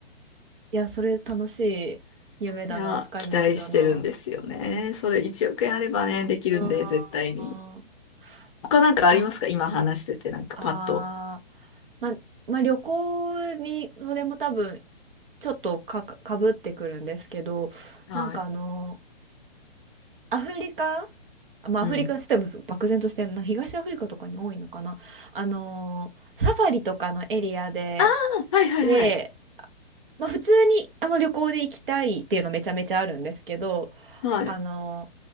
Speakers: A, on the right (about 55°); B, on the left (about 30°).
A: いや、それ楽しい夢だな、
B: いや、
A: 使い道だな。
B: 期待してるんですよね。それ1億円あればね、できるんで、
A: うー
B: 絶対に。他なんかありますか今話してて、
A: 国内、あ、
B: なんかパッと。
A: あー、ま、まあ、旅行に、それも多分、ちょっとか、かぶってくるんですけど、
B: はい。
A: なんかあの、アフリカ、まあ、
B: うん。
A: アフリカステム漠然としてるな、東アフリカとかに多いのかな。あの、サファリとかのエリアで、
B: ああ、はいはいはい。
A: で、まあ、普通にあの旅行で行きたいっていうのめちゃめちゃあるんですけど、
B: はい。
A: あの